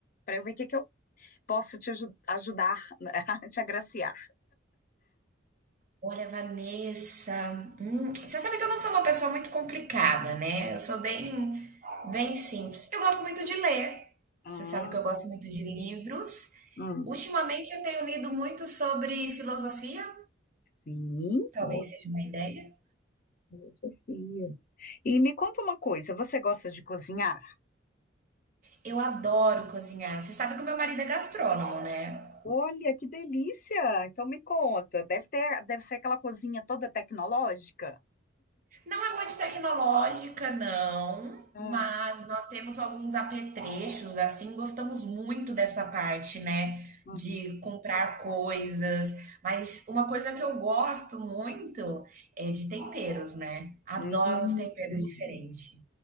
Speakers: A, on the left; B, on the right.
A: para eu ver o que que eu posso te aju- ajudar, né, <laughs> a te agraciar.
B: Olha, Vanessa, hum, você sabe que eu não sou uma pessoa muito complicada, né? Eu sou bem, bem simples. Eu gosto muito de ler.
A: Ah,
B: Você sabe que eu gosto muito de livros.
A: hum,
B: Ultimamente eu tenho lido muito sobre filosofia,
A: sim,
B: talvez
A: ótimo,
B: seja uma ideia.
A: filosofia. E me conta uma coisa, você gosta de cozinhar?
B: Eu adoro cozinhar. Você sabe que o meu marido é gastrônomo, né?
A: Olha, que delícia! Então me conta, deve ter, deve ser aquela cozinha toda tecnológica?
B: Não é muito tecnológica, não,
A: Ah,
B: mas nós temos alguns apetrechos, assim, gostamos muito dessa parte, né?
A: uhum.
B: De comprar coisas, mas uma coisa que eu gosto muito é de temperos, né? Adoro
A: Hum,
B: os temperos
A: hum.
B: diferentes.